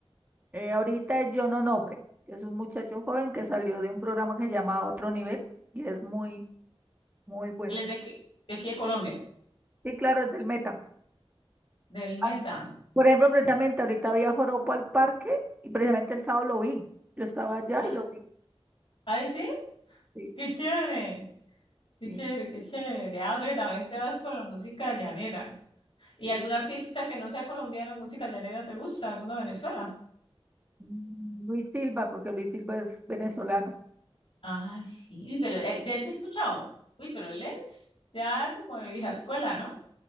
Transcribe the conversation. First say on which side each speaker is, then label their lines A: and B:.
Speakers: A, on the right; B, on the left.
A: Eh, ahorita es John Onofre, que es un muchacho joven que salió de un programa que se llama Otro Nivel y es muy, muy bueno.
B: Él es de aquí, de aquí de Colombia,
A: Sí, claro, es del Meta.
B: del Meta.
A: Ah, Por ejemplo, precisamente ahorita había Joropo al parque y precisamente el sábado lo vi. Yo estaba allá
B: Ah,
A: y lo vi.
B: ay, sí,
A: Sí,
B: qué chévere. Qué
A: sí,
B: chévere, qué chévere. Ah, o sea que también te vas por la música llanera. ¿Y
A: sí.
B: algún artista que no sea colombiano de música llanera te gusta? ¿Alguno de Venezuela?
A: Mm, Luis Silva, porque Luis Silva es venezolano.
B: Ay, sí. Uy, pero él, de él sí he escuchado. Uy, pero él es ya como de vieja escuela, ¿no?